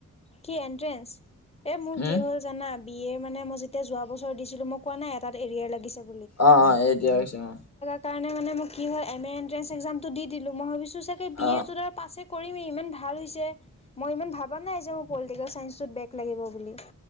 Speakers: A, on the left (about 20°); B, on the left (about 50°).
A: কি এন্ট্ৰেন্ঞ্চ, এ মোৰ
B: উম
A: কি হ'ল জানা বি এ ৰ মানে মই। এতি যোৱা বছৰ দিছিলো মোক কোৱা নাই এটাাত এৰিয়াৰ লাগিছে
B: অ অ এতিয়া হৈছে অ
A: স কাৰণে মানে মই কি হয় এম এণ্ট্ৰেঞ্চ এক্সামটো দি দিলো মই ভাবিছোঁ চাগৈ
B: অ
A: বি এটো ধ পাছে কৰিমি ইমান ভাল হৈছে মই ইমান ভাবা নাই যে মোৰ পলিটিকেল চাইঞ্চত বেক লাগিব বুলি